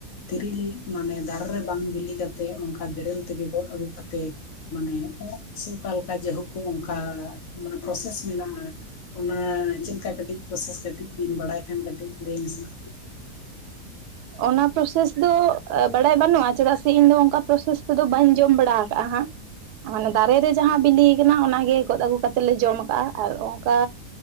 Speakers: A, on the left; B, on the right.
A: ᱛᱤᱨᱤᱞ ᱢᱟᱱᱮ ᱫᱟᱨᱮ ᱨᱮ ᱵᱟᱝ ᱵᱤᱞᱤ ᱠᱟᱛᱮ, ᱚᱱᱠᱟ ᱵᱮᱨᱮᱞ ᱛᱮᱜᱮ ᱜᱚᱫ ᱟᱹᱜᱩ ᱠᱟᱛᱮ ᱢᱟᱱᱮ ᱚᱸᱜ ᱥᱮ ᱚᱠᱟᱮᱠᱟ ᱡᱟᱭᱦᱳᱠ ᱠᱚ ᱚᱱᱠᱟ ᱢᱟᱱᱮ ᱯᱨᱚᱥᱮᱥ ᱢᱮᱱᱟᱜᱼᱟ᱾ ᱚᱱᱟ ᱪᱮᱫᱞᱮᱠᱟ ᱠᱟᱹᱴᱤᱡ ᱯᱨᱚᱥᱮᱥ ᱠᱟᱹᱴᱤᱡ ᱵᱤᱱ ᱵᱟᱰᱟᱭ ᱠᱷᱟᱱ ᱠᱟᱹᱴᱤᱡ ᱞᱟᱹᱭ ᱢᱮᱥᱮ ᱢᱟ᱾
B: ᱚᱱᱟ ᱯᱨᱳᱥᱮᱥ ᱫᱚ ᱵᱟᱲᱟᱭ ᱵᱟᱹᱱᱩᱜᱼᱟ, ᱪᱮᱫᱟᱜ ᱥᱮ ᱤᱧ ᱫᱚ ᱚᱱᱠᱟ ᱯᱨᱳᱥᱮᱥ ᱛᱮᱫᱚ ᱵᱟᱹᱧ ᱡᱚᱢ ᱵᱟᱲᱟ ᱠᱟᱜ-ᱟ ᱦᱟᱸᱜ᱾ ᱢᱟᱱᱮ ᱫᱟᱨᱮ ᱨᱮ ᱡᱟᱦᱟᱸ ᱵᱤᱞᱤ ᱠᱟᱱᱟ ᱚᱱᱟ ᱜᱮ ᱜᱚᱫ ᱟᱹᱜᱩ ᱠᱟᱛᱮ ᱞᱮ ᱡᱚᱢ ᱠᱟᱜᱼᱟ ᱟᱨ ᱚᱱᱠᱟ